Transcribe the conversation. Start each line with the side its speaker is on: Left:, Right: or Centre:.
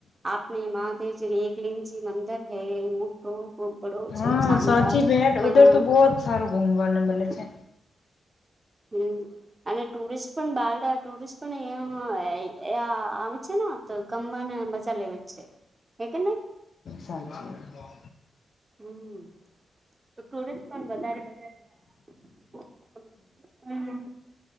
Right: આપને મહાદેવજી એકલિનજી મંદ હૈ મોટો ખૂબ બરો
Left: હા
Right: છો સાંધા
Left: સાચી બેન
Right: પણ
Left: ઉધર તો બહુત સારું ઘુમવાને મળે છે.
Right: <inaudible> <inaudible> <unintelligible> <unintelligible> અને ટુરિસ્ટ પણ બારડા ટુરિસ્ટ પણ અ આવે છે ને ગમ મજા લે વ છે હે કેને
Left: સાચી વા
Right: હમ ટુરિસ્ટ પણ વધારે વધારે હમ